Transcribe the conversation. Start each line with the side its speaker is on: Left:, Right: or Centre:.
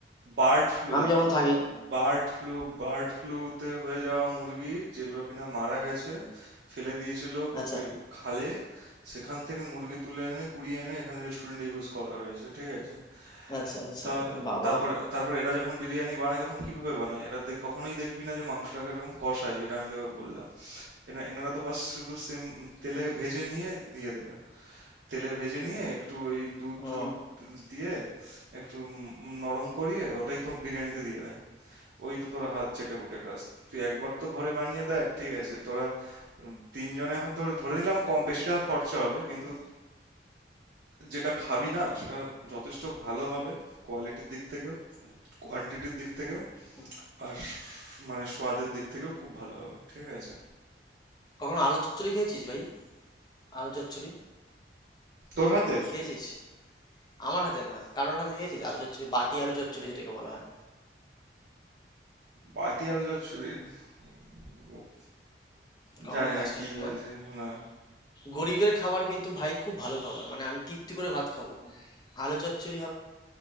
Right: Bird flu
Left: আমি যেমন থাকি
Right: bird flu bird ফ্লুতে হয়ে যাওয়া মুরগি যেগুলো কিনা মারা গেছে ফেলে দিয়েছিল
Left: আচ্ছা
Right: লে- খালে সেখান থেকে মুরগি তুলে এনে কুড়িয়ে এনে এখানে রেস্টুরেন্টে ইউজ করা হয়েছে ঠিক আছে
Left: আচ্ছা আচ্ছা
Right: তাহলে?
Left: ও বাবা
Right: তারপরে তারপরে এরা যখন বিরিয়ানি বানায় তখন কিভাবে বানায়? এরা দে কখনোই দেখবি না যে মাংসটাকে এরকম কষায় যেটা আমি তোকে বললাম। এরা এনারা তো বাস শুধু সিম তেলে ভেজে নিয়ে দিয়ে দেবে। তেলে ভেজে নিয়ে একটু ওই দুধ
Left: ও
Right: টুধ দিয়ে একটু উম নরম করিয়ে ওটাই তো বিরিয়ানিতে দিয়ে দেয়। ওই তো তোরা হাত চেটেপুটে খাস। তুই একবার তো ঘরে বানিয়ে দেখ ঠিক আছে। তোরা উম, তিনজনে হয়তো ধরে নিলাম কম বেশি টাকা খরচা হবে
Left: হুম
Right: কিন্তু
Left: হুম
Right: যেটা খাবি
Left: হুম,
Right: না সেটা যথেষ্ট ভালো হবে কোয়ালিটির দিক থেকেও কোয়ান্টিটির দিক থেকেও
Left: হুম।
Right: আর মানে স্বাদের দিক থেকেও খুব ভালো হবে ঠিক আছে
Left: কখনো আলু চচ্চড়ি খেয়েছিস ভাই আলু চচ্চড়ি
Right: তোর হাতের
Left: খেয়েছিস আমার হাতের না কারোর হাতে খেয়েছিস আলু চচ্চড়ি বাটি আলু চচ্চড়ি যেটাকে বলা হয়
Right: বাটি আলু চচ্চড়ি উফ,
Left: কখনো
Right: জানি
Left: খাসনি
Right: না কি বলছে
Left: না
Right: না
Left: গরিবের খাবার কিন্তু ভাই খুব ভালো খাবার মানে আমি তৃপ্তি করে ভাত খাবো আলু চচ্চড়ি হবে